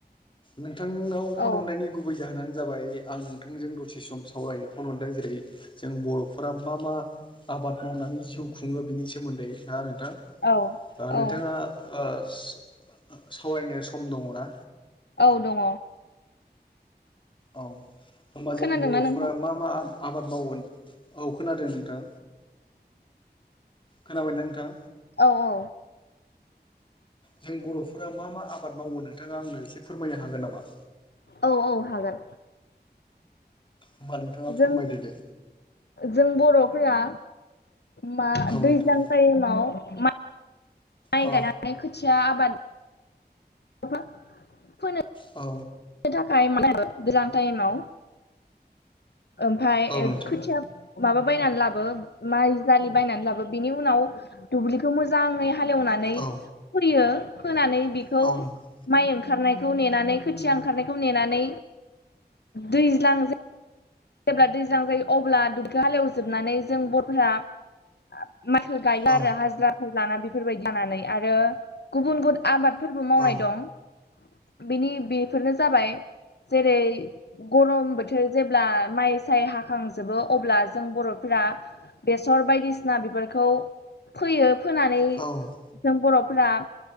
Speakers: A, on the left; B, on the left.
A: नोंथांनाव फन
B: औ
A: हरनायनि गुबै जाहोनानो जाबाय आं नोंथांजों दसे सम सावरायनोफनहरदों जेरै जों बर'फोरा मा मा आबाद मावनानै जिउ खुंङो बिनि सोमोन्दै नोंथांङा थां
B: औ
A: ओ नोंथाङा
B: औ
A: ओ <unintelligible> सावरायनो सम दङ ना।
B: औ दङ।
A: औ होनोमबा
B: खोनादोंना
A: जों बर'फोरा
B: नोंथां?
A: मा मा आ आबाद मावयो। औ खोनादों नोंथां। खोनाबाय ना नोंथां।
B: औ औ
A: जों बर'फोरा मा मा आबाद मावो नोंथाङा आंनो एसे फोरमायनो हागोन नामा।
B: औ-औ हागोन।
A: होमबा नोंथाङा फोरमायदो
B: जों
A: दे
B: जों बर'फोरा मा
A: औ
B: दैज्लां
A: नोंथां
B: टाइमाव मा। माइ
A: औ
B: गायनानै खोथिया आबाद <unintelligible> फोनो।
A: औ
B: ओ थाखाय <inaudible> गोजां टाइमाव। ओमफाय
A: औ
B: एग
A: नोंथां
B: खोथिया। माबा बायनानै लाबो माइजालि बायनानै लाबो बिनि उनाव दुब्लिखौ मोजाङै। हालेवनानै
A: औ
B: फोयो फानानै बिखौ
A: औ नोंथां
B: माइ ओं। खारनायखौ नेनानै खोथिया ओंखारनायखौ नेनानै दैज्लां जा। जेब्ला दैजां जायो अब्ला <inaudible> हालेवजोबनानै जों। <inaudible> <inaudible> गायो
A: औ
B: आरो हाजिराफोर लाना बेफोरबायदि जानानै आरो गुबुन गुब। आबादफोरबो मावनाय
A: औ
B: दं बेनि बेफोरनो जाबाय। जेरै गरम बोथोर जेब्ला। माइ साय हाखांजोबो अब्ला जों बर'फोरा बेसर बायदिसिना बेफोरखौ। फोयो। फोनानै
A: औ
B: जों बर'फोरा